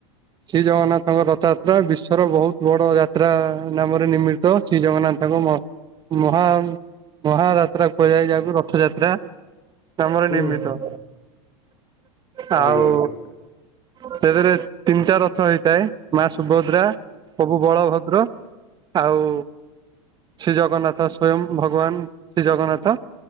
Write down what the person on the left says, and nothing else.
ହୁଁ
ହୁଁ।
ଆଜ୍ଞା ଆଜ୍ଞା